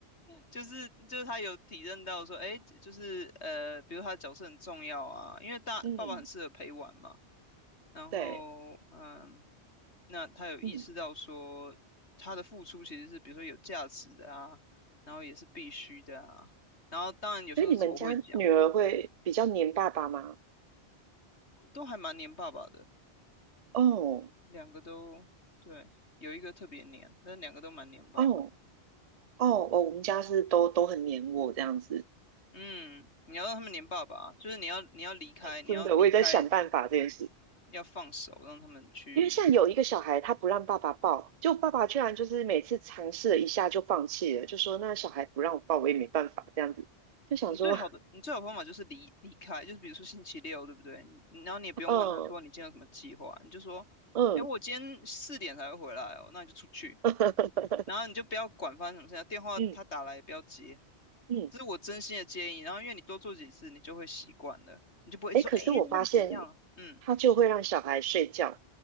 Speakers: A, on the left (about 80°); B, on the right (about 55°).
A: 就是就是他有体认到说，哎，就是呃，比如他的角色很重要啊，因为大爸爸很适合陪玩嘛。
B: 嗯，
A: 然后嗯，
B: 对，
A: 那他有意识到说，
B: 嗯，
A: 他的付出其实是比如说有价值的啊，然后也是必须的啊。然后当然有时候是我会讲，
B: 所以你们家女儿会比较黏爸爸吗？
A: 我都还蛮黏爸爸的，
B: 哦，
A: 两个都对，有一个特别黏，但两个都蛮黏爸爸的。
B: 哦，哦，哦，我们家是都都很黏我这样子，
A: 嗯，你要让他们黏爸爸啊，就是你要你要离开，你要离开，
B: 真的，我也在想办法这件事。
A: 要放手，让他们去
B: 因为像有一个小孩，他不让爸爸抱，就爸爸居然就是每次尝试了一下就放弃了，就说那小孩不让我抱，我也没办法这样子，就想说，
A: 你最好的，你最好的方法就是离离开，就是比如说星期六，对不对？你然后你也不用问他说你今天有什么计划，
B: <laughs> 嗯
A: 你就说，
B: 嗯
A: 哎，我今天四点才会回来哦，那你就出去，
B: <laughs>
A: 然后你就不要管发生什么事情，电话他打来也不要接，
B: 嗯，嗯，
A: 这是我真心的建议。然后因为你多做几次，你就会习惯了，你就不会一直说，
B: 哎，可是我发现
A: 哎，那个怎样？嗯，
B: 他就会让小孩睡觉，